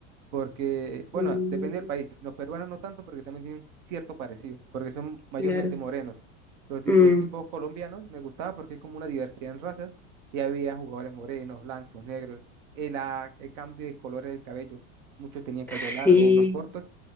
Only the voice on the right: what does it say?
porque, bueno,
depende del país. Los peruanos no tanto porque también tienen cierto parecido, porque son mayormente
morenos. Pero tipo
de equipos colombianos me gustaba porque hay como una diversidad en razas y había jugadores morenos, blancos, negros. El, ah, el cambio de colores del cabello, muchos tenían cabello
largo, unos cortos.